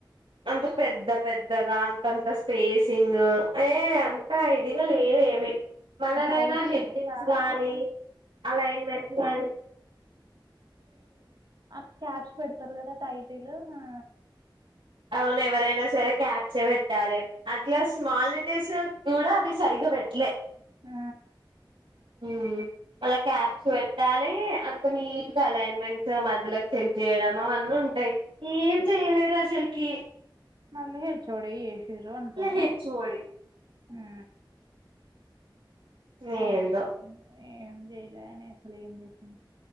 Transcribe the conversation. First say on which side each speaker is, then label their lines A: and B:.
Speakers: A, on the right; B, on the right.
A: అంత పెద్ద పెద్దగా అంతంత స్పేసింగ్ ఏ అంత ఇదిగా లేదు ఏమి మననైనా
B: ఆ టైటిల్
A: హెడ్డింగ్స్
B: కూడా
A: గానీ అలైన్మెంట్స్ గానీ
B: అ క్యాచ్ పెడతారు కదా టైటిల్ ఆ
A: అవును ఎవరైనా సరే క్యాప్ చే పెట్టాలి అట్లా స్మాల్లెటర్స్ కుడా అవి సరిగ్గా పెట్టలే
B: ఆ
A: హ్మ్ మళ్ళ క్యాబ్స్ పెట్టాలి అంత నీట్గా అలైన్మెంట్స్ మధ్యలోకి చెక్ చేయడం అవని ఉంటాయి ఏం చెయ్యలేదూ అసలకి
B: మళ్ళీ హెచ్ ఓ డి ఎసిరు అంటారు
A: హెచ్ఓడి
B: ఉ
A: ఏందో
B: ఏం చేసిండు ఏం చేయలే అని అసలు ఏం చేసిండు